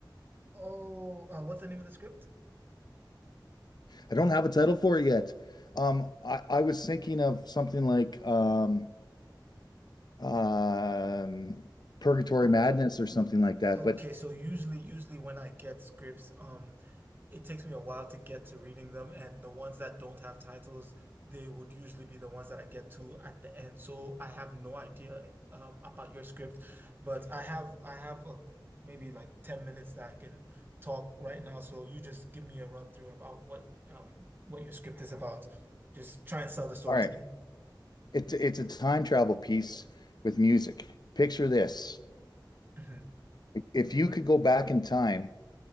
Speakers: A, on the right; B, on the left.
A: Oh, uh, what's the name of the script?
B: I don't have a title for it yet. Um, I, I was thinking of something like um, um, Purgatory
A: Oh,
B: Madness or something like that.
A: Okay,
B: But
A: so usually usually when I get scripts, um, it takes me a while to get to reading them, and the ones that don't have titles, they would usually be the ones that I get to at the end. So I have no idea um about your script, but I have I have uh, maybe like 10 minutes that I can talk right now. So you just give me a run through about what um what your script is about. Just try and sell the story
B: all right,
A: to me.
B: it's it's a time travel piece with music. Picture this.
A: Mhm.
B: If you could go back in time